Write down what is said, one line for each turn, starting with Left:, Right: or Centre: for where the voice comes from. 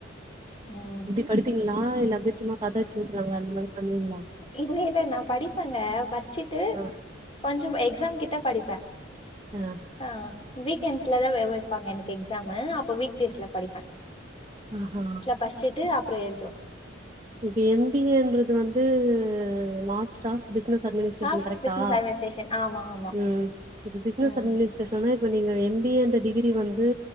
Left: உம்
Right: படிப்பிங்ளா இல்ல அப்டே சும்மா கத அடிச்சு விட்றாங்களே அந்த மாதிரி பண்னுவிங்ளா
Left: இல்ல இல்ல நா படிப்பங்க பச்சிட்டு
Right: ஆ
Left: கொஞ்ச எக்ஸாம் கிட்ட படிப்ப
Right: அ
Left: அ வீக்கெண்ஸ்லதா வெ வெப்பாங்க என்னக்கு எக்ஸாமு அப்ப வீக்டேஸ்ல படிப்ப
Right: அஹ
Left: பஸ்ச்சுட்டு அப்புற எழ்துவ
Right: இப்ப எம் பி ஏ ன்றது வந்து மாஸ்ட்ரா பிஸ்னஸ் அட்மினிஸ்ட்ரேஷன்
Left: ஆஃப்
Right: கரெக்டா
Left: பிசினஸ் அட்மினிஸ்ட்ரேஷன் ஆமா ஆமா
Right: ம் இப்ப பிஸ்னஸ்
Left: ம்
Right: அட்மினிஸ்ட்ரேஷன்னா ப்ப நீங்க எம் பி ஏ ன்ற அந்த டிகிரி வந்து